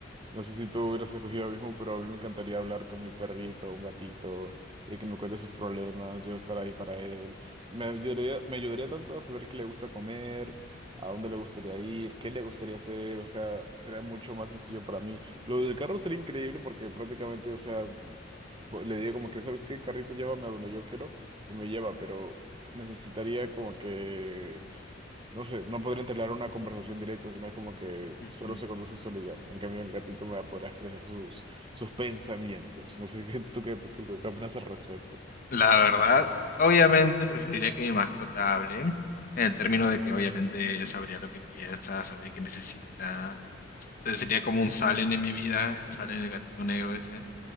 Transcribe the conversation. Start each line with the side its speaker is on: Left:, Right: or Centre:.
Right: No sé si tú hubieras escogido lo mismo, pero a mí me encantaría hablar con mi perrito, un gatito, y que me cuente sus problemas, yo estar ahí para él. Me ayudaría, me ayudaría tanto a saber qué le gusta comer, a dónde le gustaría ir, qué le gustaría hacer, o sea, sería mucho más sencillo para mí. Lo del carro sería increíble porque prácticamente, o sea, s- pues, le diría como que, ¿sabes qué? Carrito, llévame a donde yo quiero y me lleva, pero necesitaría como que... No sé, no podría entablar una conversación directa, sino es como que
Left: Ujú.
Right: solo se conduce solo y ya. En cambio, el gatito me va a poder expresar sus, sus pensamientos. No sé, <laughs> ¿qué- ¿tú qué, qué- qué opinas al respecto?
Left: la verdad, obviamente preferiría que mi mascota hable, en el término de que obviamente sabría lo que piensa, sabría qué necesita. Entonces sería como un Salen en mi vida, el Salen, el gatito negro ese,